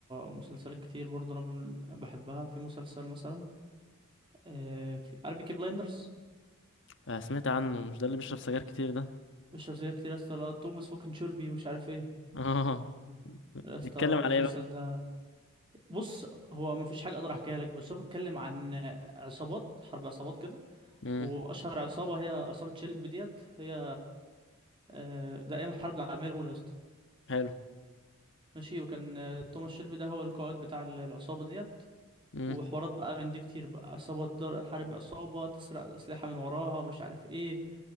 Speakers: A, on the right (about 25°); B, on the left (about 60°).
A: مسلسلات كتير برضه انا من- بحبها في مسلسل مثلا آه في عارف بيكي بلايندرز
B: آه، سمعت عنه مش ده اللي بيشرب سجاير كتير ده
A: اشرب سجاير كتير يا اسطى لا، توماس فوكن شولبي ومش عارف ايه
B: <laughs> اه
A: يا اسطى
B: بيتكلم
A: المسلسل
B: على ايه بقى
A: ده بص هو مفيش حاجه اقدر احكيها لك بس هو بيتكلم عن عصابات حرب عصابات كده
B: امم
A: واشهر عصابه هي عصابه شيلبي ديت هي آه، ده ايام الحرب العالميه الاولى يا اسطى
B: حلو
A: ماشي وكان آه، توماس شيلبي ده هو القائد بتاع ال- العصابه ديت
B: امم
A: وحوارات بقى من دي كتير بقى عصابه تضر- تحارب عصابه تسرق اسلحه من وراها مش عارف ايه